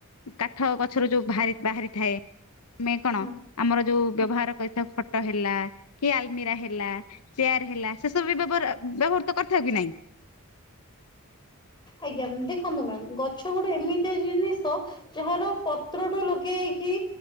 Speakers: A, on the left; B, on the left.
A: କାଠ ଗଛରୁ ଯୋଉ ଭାରି ବାହାରି ଥାଏ। ଆମେ କଣ
B: ହୁଁ
A: ଆମର ଯୋଉ ବ୍ୟବହାର କରିଥାଉ, ଖ ଖଟ ହେଲା, କି ଆଲ୍ ମିରା ହେଲା, ଚେୟାର ହେଲା, ସେ ସବୁ ବ୍ୟବହାର ଆ ବ୍ୟବହୃତ କରିଥାଉ କି ନାହିଁ।
B: ଆଜ୍ଞା, ମ୍ୟାମ୍ ଦେଖନ୍ତୁ ମ୍ୟାମ୍ ଗଛ ଗୋଟେ ଏମିତି ଆ ଜିନିଷ ଯାହାର ପତ୍ରଠୁ ଲଗେଇକି